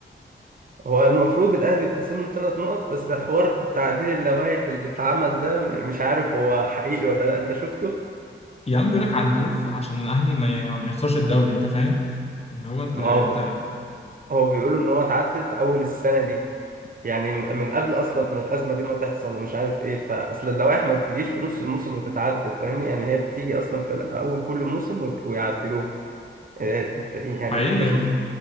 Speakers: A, on the right (about 45°); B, on the left (about 30°).
A: هو المفروض الأهلي يتخصم له ثلاث نقط بس حوار تعديل اللوائح اللي اتعمل ده مش عارف هو حقيقي ولا لا أنت شفته
B: يا عم بيقول لك عدلوه عشان الاهلي ما ي- ما يخسرش الدوري انت فاهم إن هو انت
A: ما
B: انت
A: هو هو بيقولوا ان هو اتعدل في اول السنه دي يعني م- من قبل اصلا ما الازمه دي ما تحصل ومش عارف ايه فاصل اللوائح ما بتجيش في نص الموسم وتتعدل فاهمني يعني هي بتيجي اصلا في اول كل موسم وت- ويعدلوها إيه، إنت- يعني
B: حقيقي
A: انت شفت
B: اه